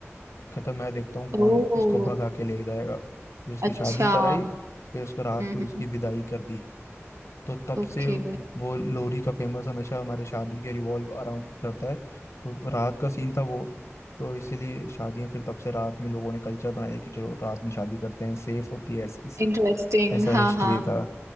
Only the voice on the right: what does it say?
ओ
अच्छा
हम्म
हम्म
ओके
इंटरेस्टिंग
हाँ
हाँ